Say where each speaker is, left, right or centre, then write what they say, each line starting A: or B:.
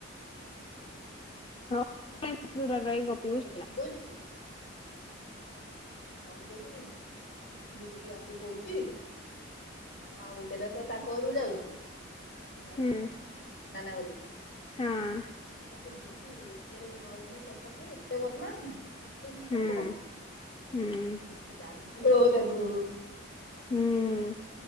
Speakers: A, on the left; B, on the left.
A: ହୁଁ
B: ହଉ
A: ହୁଁ
B: ଦୂରରେ ରହି ଗପିବୁ
A: କାଲି ମମି
B: ହେଲା
A: କୋହୁଚି ମମି କୋହୁଚି ବୁଢୀ ୟାକୁ କୋହୁଚି। ଆଉ କେତ ଥର ତାଙ୍କ ଘରୁ ଯାଉଚୁ ମାନେ
B: ହୁଁ
A: ନାନା ଘରୁ
B: ହଁ।
A: ହ ସେ ବୁଢୀ ଏତେ ନରମି କ ଥା କୁହେ ଏତେ ବଦମାସ ନା ଏତେ ହିଂସା
B: ହୁଁ
A: ତାର। <inaudible>
B: ହୁଁ
A: <unintelligible> ତାକୁ
B: ହୁଁ ହୁଁ